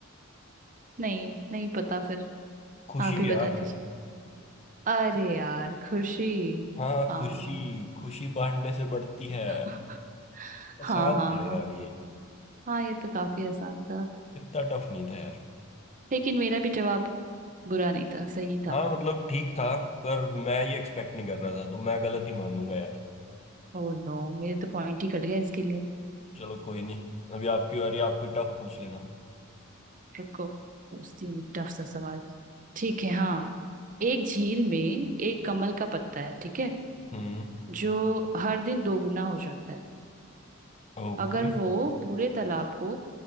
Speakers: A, on the right; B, on the left.
A: नहीं नहीं पता फिर
B: खुशी
A: आप ही बता
B: यार
A: दीजिए अरे यार खुशी
B: हाँ
A: हाँ
B: खुशी खुशी बांटने से बढ़ती है
A: <laughs>
B: आसान
A: हाँ हाँ
B: था
A: हाँ
B: यार ये
A: हाँ ये तो काफी आसान था
B: इतना टफ नहीं था यार
A: लेकिन मेरा भी जवाब बुरा नहीं था सही था
B: हाँ मतलब ठीक था पर मैं ये एक्सपेक्ट नहीं कर रहा था तो मैं गलत ही मानूंगा यार
A: ओह नो मेरे तो पॉइंट ही कट गया इसके लिए
B: चलो कोई नहीं अभी आपकी बारी आपको टफ पूछ लेना
A: रुको पूछती हूँ टफ सा सवाल ठीक है हाँ एक झील में एक कमल का पत्ता है ठीक है
B: हम्म
A: जो हर दिन दोगुना हो जाता है
B: ओके
A: अगर वो पूरे तालाब को